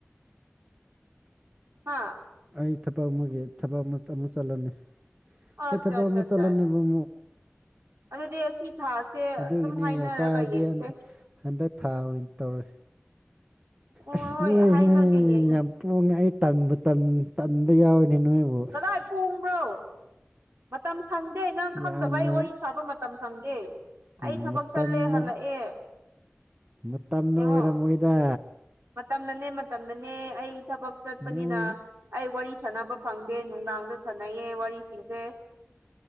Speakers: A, on the right; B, on the right.
A: ꯍꯥꯥ
B: ꯑꯩ ꯊꯕꯛ ꯑꯃꯒꯤ ꯊꯕꯛ ꯑꯃ ꯑꯃꯨꯛ ꯆꯠꯂꯅꯤ
A: ꯑꯠꯆꯥ
B: ꯑꯩ ꯊꯕꯛ
A: ꯑꯠꯆꯥ
B: ꯑꯃꯨ
A: ꯑꯠꯆꯥ
B: ꯆꯠꯍꯅꯤꯕ ꯑꯃꯨꯛ
A: ꯑꯗꯨꯗꯤ ꯑꯁꯤ ꯊꯥꯁꯦ
B: ꯑꯗꯨꯒꯤꯅꯦ
A: ꯑꯗꯨꯝ ꯍꯥꯏꯅꯔꯒ
B: ꯆꯥꯔꯗꯤ
A: ꯌꯦꯡꯁꯦ
B: ꯍꯟꯗꯛ ꯍꯟꯗꯛ ꯊꯥ ꯑꯣꯏꯅ ꯇꯧꯔꯁꯤ
A: ꯍꯣꯏ
B: ꯑꯁ
A: ꯍꯣꯏ
B: ꯅꯣꯏꯁꯦ
A: ꯍꯥꯏꯅꯒꯦ ꯌꯦꯡꯉꯦ
B: ꯌꯥꯝ ꯄꯣꯡꯉꯦ ꯑꯩ ꯇꯟꯕꯨ ꯇꯟ ꯇꯟꯕ ꯌꯥꯎꯋꯅꯦ ꯅꯣꯏꯕꯨ ꯑꯁ
A: ꯀꯗꯥꯏ ꯄꯣꯡꯕ꯭ꯔꯣ ꯃꯇꯝ ꯁꯪꯗꯦ ꯅꯪ ꯈꯪꯗꯕ
B: ꯌꯥꯝꯅ
A: ꯑꯩ ꯋꯥꯔꯤ ꯁꯥꯕ ꯃꯇꯝ ꯁꯪꯗꯦ
B: ꯎꯝ,
A: ꯑꯩ ꯊꯕꯛ
B: ꯃꯇꯝꯅ
A: ꯆꯠꯂꯦ ꯍꯜꯂꯛꯑꯦ
B: ꯃꯇꯝꯅ
A: ꯌꯦꯡꯉꯣ
B: ꯑꯣꯏꯔꯝꯃꯣꯏꯗ
A: ꯃꯇꯝꯅꯅꯦ ꯃꯇꯝꯅꯅꯦ ꯑꯩ ꯊꯕꯛ ꯆꯠꯄꯅꯤꯅ
B: ꯅꯣꯡ
A: ꯑꯩ ꯋꯥꯔꯤ ꯁꯥꯟꯅꯕ ꯐꯪꯗꯦ ꯅꯨꯡꯗꯥꯡꯗ ꯁꯥꯟꯅꯩꯌꯦ ꯋꯥꯔꯤ ꯊꯤꯡꯁꯦ